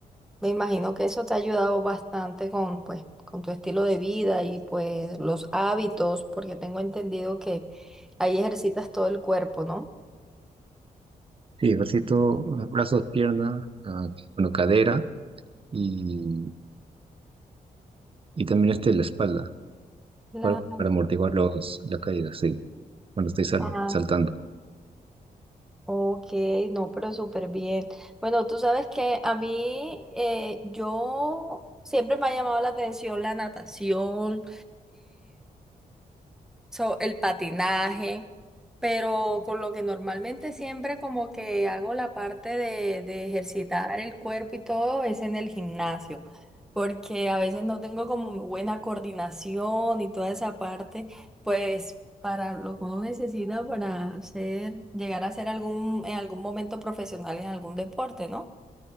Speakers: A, in the centre; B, on the right.
A: Me imagino que eso te ha ayudado bastante con, pues, con tu estilo de vida y pues los hábitos, porque tengo entendido que ahí ejercitas todo el cuerpo, ¿no?
B: Sí, ejercito ah, brazos, pierna ah, bueno, cadera y, y también este, la espalda.
A: La...
B: Para, para amortiguar los, la caída, sí, cuando estoy sal-
A: Ah,
B: saltando.
A: ok, no, pero súper bien. Bueno, tú sabes que a mí, eh, yo siempre me ha llamado la atención la natación, so, el patinaje, pero con lo que normalmente siempre como que hago la parte de, de ejercitar el cuerpo y todo es en el gimnasio, porque a veces no tengo como muy buena coordinación y toda esa parte, pues para lo que uno necesita para hacer, llegar a ser algún, en algún momento profesional en algún deporte, ¿no?